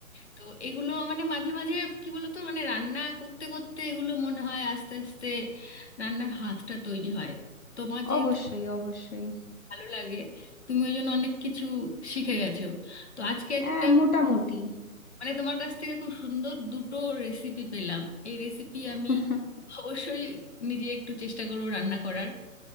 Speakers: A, on the left; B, on the left.
A: তো এগুলো মানে মাঝে মাঝে কি বলতো মানে রান্না করতে করতে এগুলো মনে হয় আস্তে আস্তে রান্নার হাতটা তৈরি হয় তোমার যেহেতু
B: অবশ্যই অবশ্যই
A: ভালো লাগে তুমি ওই জন্য অনেক কিছু শিখে গেছো তো আজকে একটা
B: হ্যাঁ মোটামুটি
A: মানে তোমার কাছ থেকে খুব সুন্দর দুটো রেসিপি পেলাম এই রেসিপি
B: <laughs>
A: আমি অবশ্যই নিজে একটু চেষ্টা করব রান্না করার